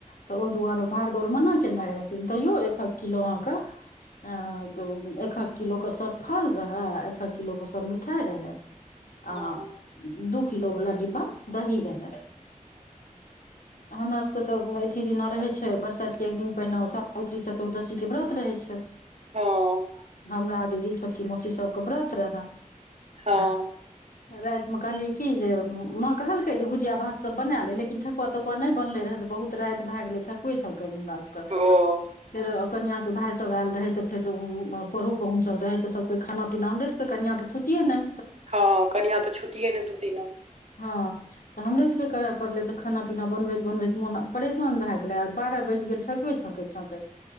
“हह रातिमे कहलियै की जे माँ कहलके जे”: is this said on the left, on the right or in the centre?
Left